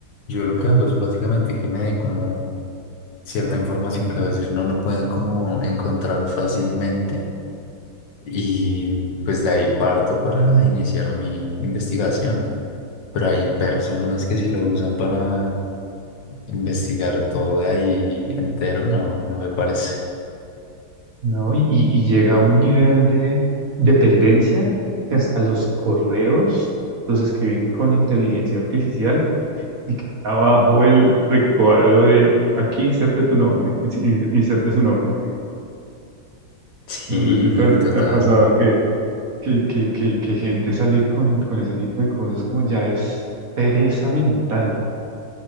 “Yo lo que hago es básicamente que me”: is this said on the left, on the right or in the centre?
Left